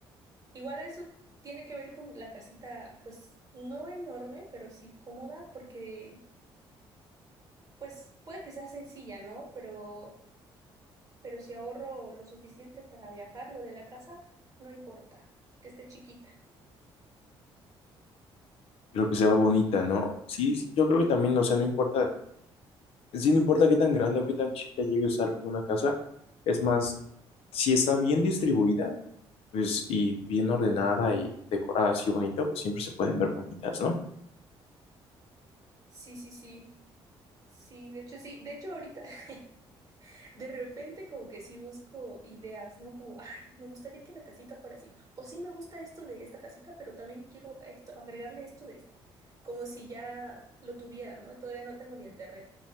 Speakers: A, on the right; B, on the left.
A: igual a eso tiene que ver con la casita, pues no enorme, pero sí cómoda, porque pues puede que sea sencilla, ¿no? Pero, pero si ahorro lo suficiente para viajar, lo de la casa, no importa, que esté chiquita.
B: Pero que se va bonita, ¿no? Sí, sí, yo creo que también, o sea, no importa Sí, no importa qué tan grande o qué tan chica llegue a usar como una casa, es más, si está bien distribuida, pues, y bien ordenada y decorada así bonito, pues siempre se pueden ver bonitas, ¿no?
A: Sí, sí, sí, sí, de hecho sí, de hecho ahorita... <laughs> De repente como que sí busco ideas, ¿no? Como, ay, me gustaría que la casita fuera así. O sí me gusta esto de esta casita, pero también quiero esto, agregarle esto de esta. Como si ya lo tuvieran, ¿no? Y todavía no tengo ni el terreno.